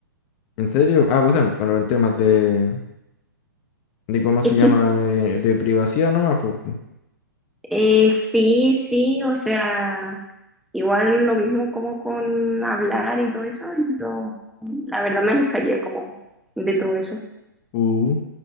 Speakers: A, on the left; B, in the centre.
A: ¿En serio? Ah, pues bueno, pero en temas de, de cómo se
B: Es
A: llama,
B: que
A: de, de privacidad nomás, pues.
B: eh, sí, sí, o sea, igual lo mismo como con hablar y todo eso, yo la verdad me alejaría como de todo eso,
A: Uh,